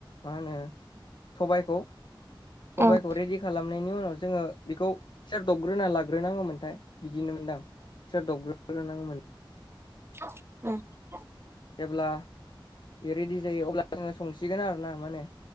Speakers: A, on the left (about 60°); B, on the right (about 30°).
A: मा होनो स'बायखौ स'बायखौ
B: औ औ
A: रेडि खालामनायनि उनाव जोङो बेखौ सोरदोब ग्रोना लाग्रोनाङोमोनथाय बिदिनो मोनदां सोर दोबग्रोनाङोमोन
B: <inaudible>
A: जेब्ला रेडि जायो अब्ला जोङो संसिगोन आरो ना माने